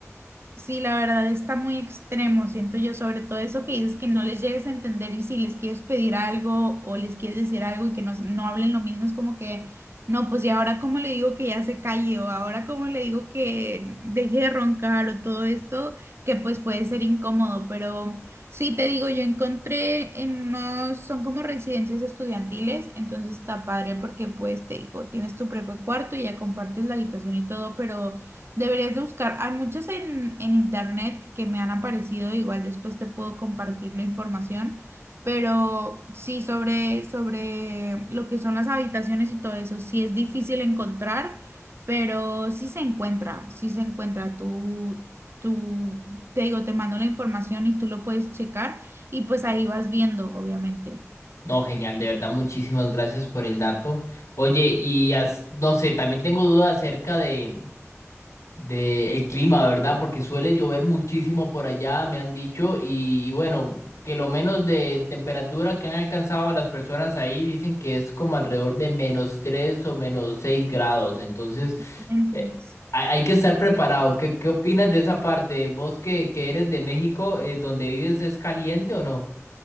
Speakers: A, on the right; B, on the left.
A: Sí, la verdad está muy extremo, siento yo, sobre todo eso que dices que no les llegues a entender y si les quieres pedir algo o les quieres decir algo y que no, no hablen lo mismo, es como que, no, pues y ahora cómo le digo que ya se calle o ahora cómo le digo que deje de roncar o todo esto, que pues puede ser incómodo, pero sí te digo, yo encontré en unos, son como residencias estudiantiles, entonces está padre porque pues te digo, tienes tu propio cuarto y ya compartes la habitación y todo, pero... Deberías de buscar, hay muchas en, en internet que me han aparecido, igual después te puedo compartir la información, pero sí sobre, sobre lo que son las habitaciones y todo eso, sí es difícil encontrar, pero sí se encuentra, sí se encuentra. Tú, tú, te digo, te mando la información y tú lo puedes checar y pues ahí vas viendo, obviamente.
B: No, genial, de verdad, muchísimas gracias por el dato. Oye, y as- no sé, también tengo dudas acerca de, de el clima, ¿verdad? Porque suele llover muchísimo por allá, me han dicho, y, y bueno, que lo menos de temperatura que han alcanzado las personas ahí dicen que es como alrededor de menos 3 o menos 6 grados. Entonces,
A: Excelente.
B: eh, hay, hay que estar preparado. ¿Qué, qué opinas de esa parte? ¿Vos que, que eres de México, eh, donde vives, es caliente o no?